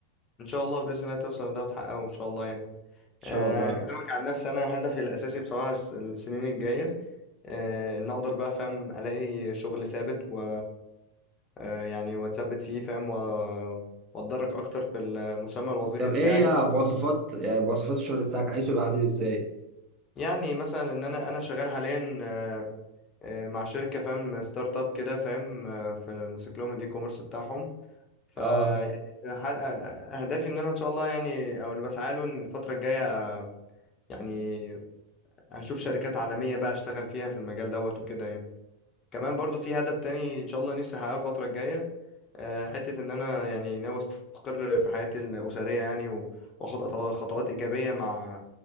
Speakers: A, on the left; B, on the right.
A: ان شاء الله باذن الله توصل لده وتحققه ان شاء الله يعني
B: شاء
A: آه،
B: الله يا
A: اكلمك
B: رب
A: عن نفسي انا هدفي الاساسي بصراحه الس- السنين الجايه آه، ان اقدر بقى فاهم الاقي شغل ثابت و آه، يعني واتثبت فيه فاهم و- واتدرج اكتر في المسمى الوظيفي
B: طب
A: بتاعي
B: إيه هي مواصفات يعني مواصفات الشغل بتاعك عايزه يبقى عامل إزاي؟
A: يعني مثلا ان انا انا شغال حاليا آه، آه، مع شركه فاهم ستارت اب كده فاهم آه، ف- ماسك لهم الاي كوميرس بتاعهم ف
B: آه
A: يعني ح- اهدافي ان انا ان شاء الله يعني او اللي بسعى له إن الفتره الجايه يعني هشوف شركات عالمية بقى اشتغل فيها في المجال دوت وكده يعني كمان برضو في هدف تاني ان شاء الله نفسي احققه الفترة الجاية آه، حتة ان انا يعني ناوي استقر في حياتي الأسرية يعني و- واخد أط- خطوات إيجابية مع